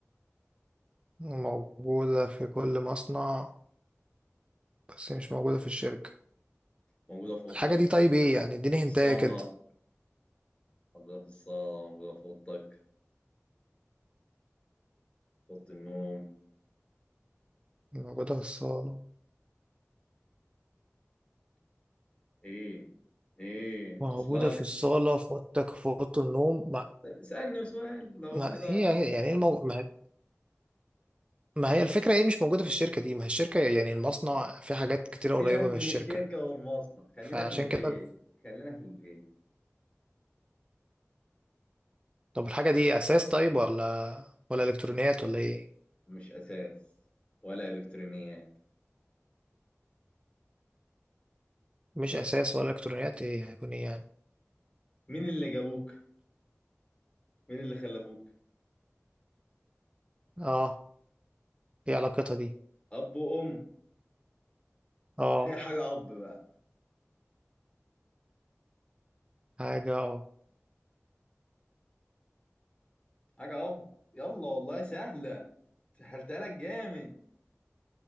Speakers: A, on the right; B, on the left.
A: موجودة في كل مصنع بس مش موجودة في الشركة
B: موجودة في أوضتك
A: الحاجة دي طيب ايه يعني اديني هنتاية
B: الصالة
A: كده
B: موجودة في الصالة موجودة في أوضتك في أوضة النوم
A: موجودة في الصالة
B: إيه إيه
A: موجودة
B: أصلك
A: في الصالة في أوضتك في أوضة النوم
B: اسألني سؤال لو
A: ما
B: كده
A: هي
B: قربنا
A: هي- يعني إيه المو... ما ما هي الفكرة ايه مش موجودة في الشركة دي ما هي الشركة يعني المصنع في حاجات كتيرة قريبة
B: سيبك
A: من
B: من
A: الشركة
B: الشركة والمصنع خلينا
A: فعشان
B: في البيت
A: كده
B: خلينا في البيت
A: طب الحاجة دي أساس طيب ولا ولا إلكترونيات ولا ايه
B: مش أساس ولا إلكترونيات
A: مش أساس ولا إلكترونيات ايه هيكون ايه يعني
B: مين اللي جابوك مين اللي خلفوك
A: اه ايه علاقتها دي
B: أب وأم
A: اه
B: أي حاجة أب بقى
A: حاجة اه
B: حاجة أب يلا والله سهلة سهلتها لك جامد